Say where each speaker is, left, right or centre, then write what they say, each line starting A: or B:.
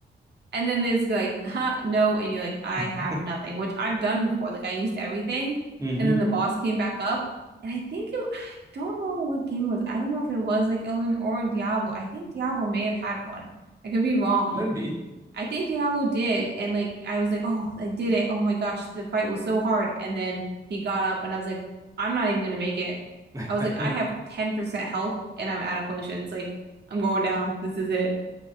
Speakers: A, on the right (about 65°); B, on the right (about 15°).
A: and then there's like, huh, no. And you're like, I
B: <laughs>
A: have nothing, which I've done before. Like I used everything.
B: mm-hmm.
A: And then the boss came back up. And I think it, I don't know what game it was. I don't know if it was like Ellen or Diablo. I think Diablo may have had one. I could be wrong.
B: Could be.
A: I think Diablo did. And like, I was like, oh, I did it. Oh my gosh, the fight was so hard. And then he got up and I was like, I'm not even gonna make it.
B: <laughs> yeah,
A: I was like, I have 10% health and I'm out of potions. Like, I'm going down. This is it.